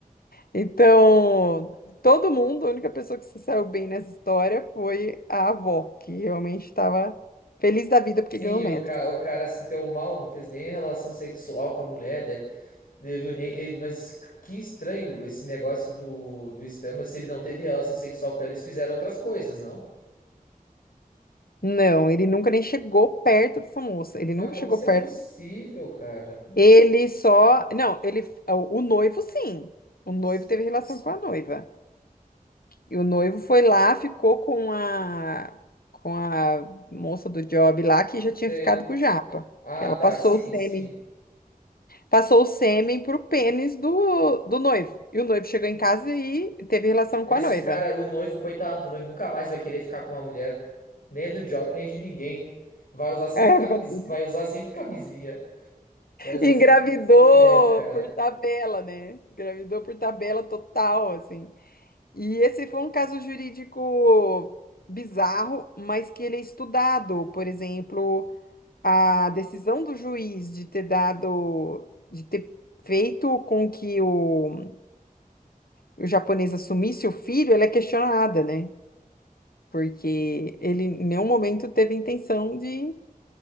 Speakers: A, on the left (about 85°); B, on the left (about 70°).
A: Então, todo mundo, a única pessoa que se saiu bem nessa história foi a avó, que realmente estava feliz da vida porque
B: Sim,
A: ganhou um neto.
B: o cara, o cara se deu mal, não fez nem relação sexual com a mulher, né? Ele nem, ele- mas que estranho esse negócio do, do esperma. Se ele não teve relação sexual com ela, eles fizeram outras coisas, não?
A: Não, ele nunca nem chegou perto dessa moça. Ele
B: Mas
A: nunca
B: como
A: chegou
B: isso
A: perto.
B: é possível, cara? Como isso
A: Ele só. Não, ele. O noivo, sim. O noivo
B: se-
A: teve relação com a noiva. E o noivo foi lá, ficou com a. Com a moça do job lá, que já tinha
B: se-
A: ficado com o Japa.
B: Ah,
A: Que ela
B: tá,
A: passou
B: sim,
A: o sêmen
B: sim.
A: Passou o sêmen pro pênis do, do noivo. E o noivo chegou em casa e teve relação
B: Esse
A: com a noiva.
B: cara, o noivo, coitado do noivo, nunca mais vai querer ficar com uma mulher. Nem do job, nem de ninguém. Vai usar sempre
A: É, <laughs>
B: camis... vai usar sempre camisinha. Mas
A: engravidou
B: assim fica credo, cara.
A: por tabela, né? Engravidou por tabela total, assim. E esse foi um caso jurídico bizarro, mas que ele é estudado. Por exemplo, a decisão do juiz de ter dado, de ter feito com que o, o japonês assumisse o filho, ela é questionada, né? porque ele em nenhum momento teve intenção de,